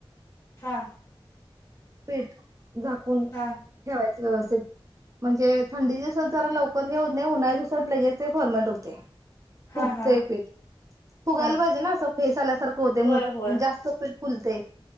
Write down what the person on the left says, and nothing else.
हा
हा
हा
हा
हा
होय
होय